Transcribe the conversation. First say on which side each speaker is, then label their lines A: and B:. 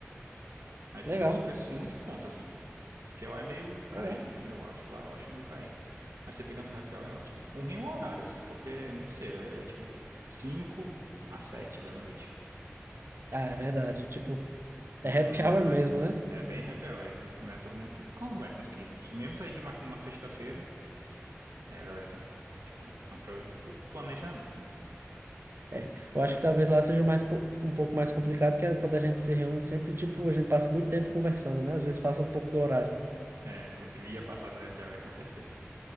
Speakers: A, on the right; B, on the right.
A: Aí
B: Legal.
A: fica os preços muito em conta, assim. Porque lá é meio carinho,
B: Legal.
A: né? Eu acho. Lá eu acho meio carinho. Mas você pegando no happy hour é ótimo. O ruim é o horário, assim, porque é muito cedo. É, é tipo 5 às 7 da noite.
B: Ah, é
A: Então,
B: verdade. Tipo,
A: não
B: é
A: é
B: happy
A: todo
B: hour
A: mundo que vai
B: mesmo,
A: conseguir.
B: né?
A: É bem happy hour, é. Não, não é todo mundo que quando vai conseguir, né? Tipo, Mesmo se a gente marca numa sexta-feira, aí a galera tem que. Tipo, é um pro- planejamento, né?
B: É. Eu acho que talvez lá seja mais, po- um pouco mais complicado, que é quando a gente se reúne sempre, tipo, a gente passa muito tempo conversando, né? Às vezes passa um pouco do horário.
A: É, eu ia passar do happy hour com certeza.